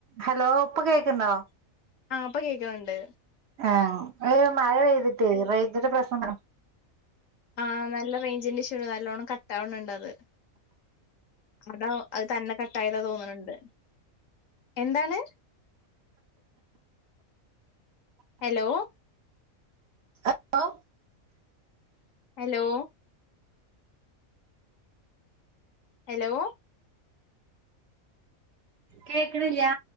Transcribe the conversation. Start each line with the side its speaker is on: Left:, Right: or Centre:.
Right: Hello ഇപ്പോ കേൾക്കുന്നോ
Left: ആഹ ഇപ്പൊ കേൾക്കുന്നുണ്ട്
Right: ആ മഴ പെയ്തിട്ട് റേഞ്ചിന്റെ പ്രശ്നം
Left: ആ നല്ല റേഞ്ചിന്റെ ഇഷ്യണ്ട് നല്ലണ്ണം കട്ടാവണ് ഉണ്ട് അത് ഇവിടെ അത് തന്നെ കട്ട ആയതാ തോന്നണണ്ട് എന്താണ് ഹലോ
Right: ഹലോ
Left: ഹലോ ഹലോ
Right: കേക്കണില്ലാ